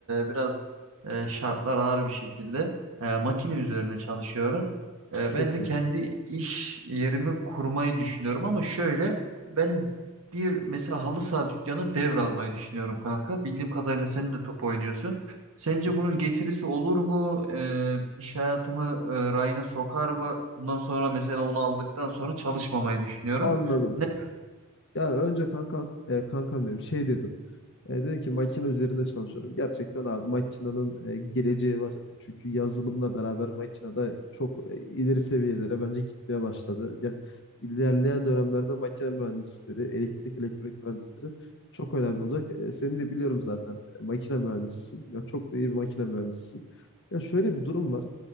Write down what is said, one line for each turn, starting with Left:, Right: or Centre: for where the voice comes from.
Right: e, biraz e, şartlar ağır bir şekilde e, makine üzerine çalışıyorum. E,
Left: Çok
Right: ben de
Left: iyi.
Right: kendi iş yerimi kurmayı düşünüyorum ama şöyle ben bir mesela halı saha dükkanı devralmayı düşünüyorum kanka. Bildiğim kadarıyla sen de top oynuyorsun. Sence
Left: Hı hı.
Right: bunun getirisi olur mu? Ee, iş hayatımı e, rayına sokar mı? Bundan sonra mesela onu aldıktan sonra çalışmamayı düşünüyorum.
Left: Anladım.
Right: Ne-
Left: Ya önce kanka e, kankam benim şey dedi. E, dedim ki makine üzerinde çalışıyorum. Gerçekten abi makinenin e, geleceği var. Çünkü yazılımla beraber makine de çok e, ileri seviyelere bence gitmeye başladı. Yani ilerleyen dönemlerde makine mühendisleri, elektrik elektronik mühendisleri çok önemli olacak. E, seni de biliyorum zaten e, makine mühendisisin. Ya çok da iyi bir makine mühendisisin. Ya şöyle bir durum var.